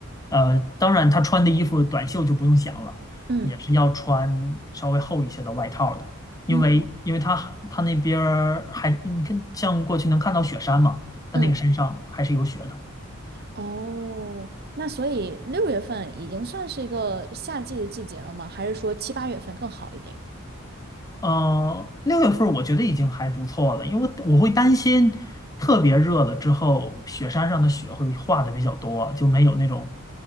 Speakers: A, on the left (about 15°); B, on the right (about 45°).
A: 呃，当然他穿的衣服短袖就不用想了，
B: 嗯
A: 也是要穿稍微厚一些的外套的，因为因为他他那边儿还你看像过去能看到雪山嘛，
B: 嗯
A: 他那个山上还是有雪的。
B: 嗯，哦，那所以六月份已经算是一个夏季的季节了吗？还是说七八月份更好一点？
A: 呃，六月份儿我觉得已经还不错了，因为我会担心特别热了之后，雪山上的雪会化的比较多，就没有那种